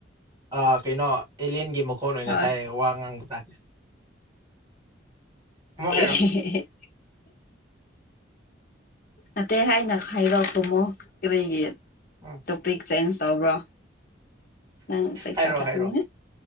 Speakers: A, on the right (about 25°); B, on the left (about 50°).
A: ꯑ ꯀꯩꯅꯣ ꯑꯦꯂꯦꯟꯒꯤ ꯃꯈꯣꯟ ꯑꯣꯏꯅ
B: ꯍꯣꯏ
A: ꯇꯥꯏ ꯋꯥ ꯉꯥꯡꯕ ꯇꯥꯗꯦ꯫ ꯑꯃꯨꯛ
B: ꯑꯦ
A: ꯍꯥꯏꯔꯣ
B: ꯅꯇꯦ ꯍꯥꯏꯅ ꯍꯥꯏꯔꯛꯄꯃꯣ ꯀꯔꯤꯒꯤ
A: ꯎꯝ
B: ꯇꯣꯄꯤꯛ ꯆꯦꯟꯖ ꯇꯧꯕ꯭ꯔꯣ? ꯅꯪ ꯆꯩ
A: ꯍꯥꯏꯔꯛꯑꯣ
B: ꯆꯠꯛꯀꯅꯤ
A: ꯍꯥꯏꯔꯛꯑꯣ